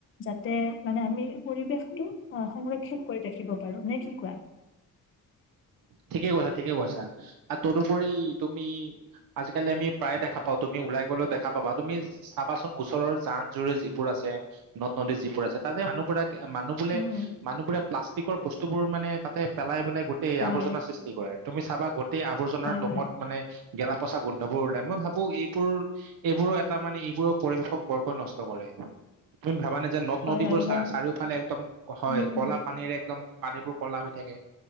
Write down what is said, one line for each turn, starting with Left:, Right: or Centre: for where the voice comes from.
Left: যাতে মানে আমি পৰিৱেশটো সংৰক্ষণ কৰি ৰাখিব পাৰো নে কি কোৱা।
Right: ঠিকেই কৈছা ঠিকেই কৈছা আৰু তদুপৰি তুমি আজিকালি আমি প্ৰায়ে দেখা পাওঁ অ তুমি ওলাই গ'লেও দেখা পাবা তুমি চাবাচোন ওচৰৰ জান জুৰি যিবোৰ আছে নদ নদী যিবোৰ আছে তাৰে মানুহবিলাক মানুহ বোৰে
Left: উম
Right: মানুহ বোৰে প্লাষ্টিক সি কৰ বস্ স্তুবোৰ মানে তাতে পেলাই পেলাই গোট টেই
Left: হয়
Right: আৱৰ্জনা সৃষ্টি কৰে তো তমি চাবা গোট টেই আৱৰ্জনাৰ
Left: হয় হয়
Right: দমত মানে গেলা পচা গোন্ধবোৰ ওলাই মই ভাবো এইবোৰ এইবোৰ এটা মানে এইবোৰৰ পৰিবেশক বৰকৈ নষ্ট কৰে তুমি ভাবা নে যে নদ
Left: হয়
Right: নদীবোৰ
Left: হয়
Right: চা
Left: মই
Right: চাৰিওফালে একদম হয়
Left: উম হম
Right: ক'লা পানীৰে একদম পানীবোৰ কলা হৈ থাকে